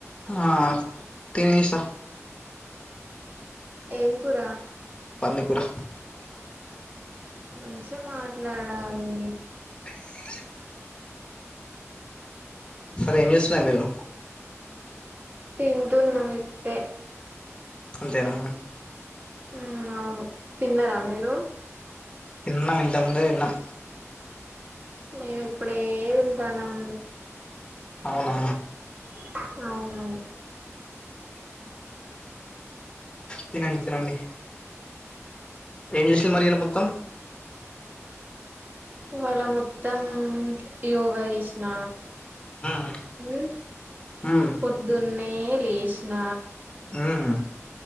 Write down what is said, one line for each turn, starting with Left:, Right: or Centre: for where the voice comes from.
Left: ఆ తినేసా
Right: ఏపురా
Left: పన్నీపుర
Right: మంచిగా మాట్లాడాలి.
Left: <unintelligible> అదే ఎం చేసిన మీరు
Right: తిందుల్ నమిట్టే
Left: అంతేనా
Right: ఉ అవును తిన్నారా మీరు.
Left: తిన్నాం ఇంతకుముందే తిన్నాం
Right: మేమి ఇప్పుడే తింటానం.
Left: అవునా
Right: <unintelligible> అవును
Left: తినండి, తినండి ఏం చేసంది మరి ఇలా మొత్తం.
Right: ఇవాళ మొత్తం యోగా చేసిన
Left: ఉమ్
Right: ఉ
Left: ఉమ్
Right: పొద్దున్నే లేసిన
Left: ఉమ్.